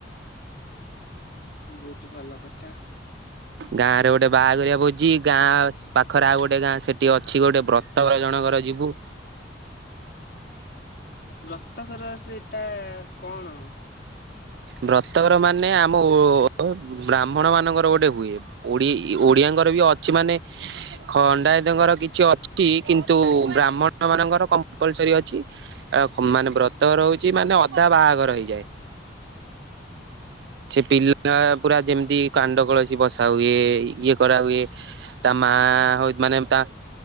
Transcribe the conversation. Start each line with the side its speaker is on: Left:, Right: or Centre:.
Left: ବହୁତ ଭଲ କଥା।
Right: ଗାଁ ରେ ଗୋଟେବାହାଘରିଆ ଭୋଜି ଗାଁ ପାଖରେ ଆଉ ଗୋଟେ ଗାଁ ସେଠି ଅଛି ଗୋଟେ ବ୍ରତଘର ଜଣକର ଯିବୁ।
Left: ବ୍ରତଘର ସେଟା କଣ?
Right: ବ୍ରତଘର ମାନେ ଆମ ଓ ବ୍ରାହ୍ମଣ ମାନଙ୍କର ଗୋଟେ ହୁଏ ଓଡି ଓଡିଆଙ୍କର ବି ଅଛି ମାନେ ଖଣ୍ଡାୟାତଙ୍କର କିଛି ଅଛି କିନ୍ତୁ ବ୍ରାହ୍ମଣ ମାନଙ୍କର କମ୍ପଲସରି ଅଛି। ଆ ମାନେ ବ୍ରତଘର ହଉଛି ମାନେ ଅଧା ବାହାଘର ହେଇଯାଏ। ସେ ପିଲା ପୁରା ଯେମିତି କାଣ୍ଡ କଳସୀ ବସା ହୁଏ ଇଏ କରା ହୁଏ ତା ମା ହ ମାନେ ତା